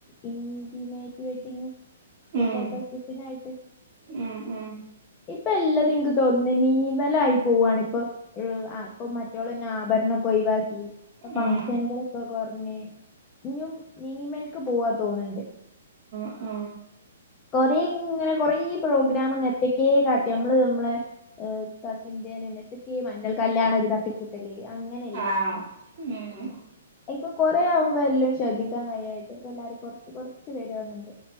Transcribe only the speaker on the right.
ഉം
ഉം ഉം
ഉം
ഉ...
ആഹ് ഉം